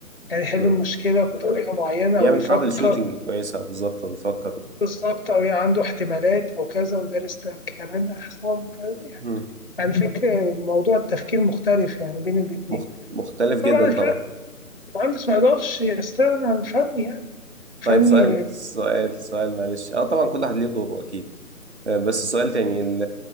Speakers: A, on the left; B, on the right.
A: يعني يحل
B: مم.
A: المشكلة بطريقة معينة
B: يعمل
A: او يفكر
B: ترابل شوتنج كويسة بالظبط هو بيفكر
A: بالظبط او يعني عنده احتمالات او كذا ودارس كمان احصاء وكذا يعني
B: مم.
A: يعني فكرة موضوع التفكير مختلف يعني بين الاتنين
B: مخت... مختلف جدا
A: طبعا الفن
B: طبعا
A: المهندس ما يقدرش يستغنى عن الفن يعني فني
B: طيب سؤال سؤال سؤال معلش اه طبعا كل واحد ليه دوره اكيد آه، بس سؤال تاني ال...